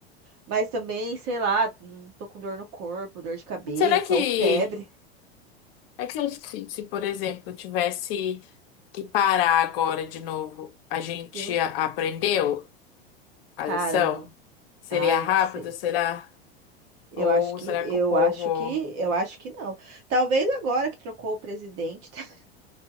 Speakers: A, on the right (about 50°); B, on the left (about 65°).
A: mas também, sei lá, hum, tô com dor no corpo, dor de cabeça
B: Será que,
A: ou febre.
B: é que se, se, por exemplo, tivesse que parar agora de novo, a gente
A: Entendeu?
B: a- aprendeu a
A: Cara,
B: lição?
A: não,
B: Seria
A: ai,
B: rápido,
A: não sei.
B: será?
A: Eu
B: Ou
A: acho que,
B: será
A: eu
B: que o povo.
A: acho que, eu acho que não. Talvez agora que trocou o presidente, <laughs>